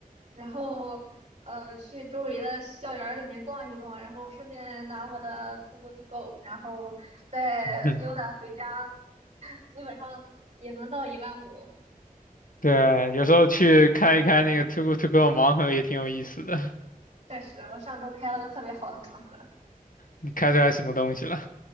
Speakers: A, on the right (about 50°); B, on the left (about 65°).
A: 然后呃去周围的校园儿里面逛一逛，然后顺便拿我的 t o g o to go，然后再溜达回家，
B: <laughs> 嗯，
A: <laughs> 基本上也能到一万五。
B: 对，有时候去开一开那个 Too g o To Go 盲盒也挺有意思的。
A: 确实，我上周开了个特别好的盲盒。
B: 你开出来什么东西了？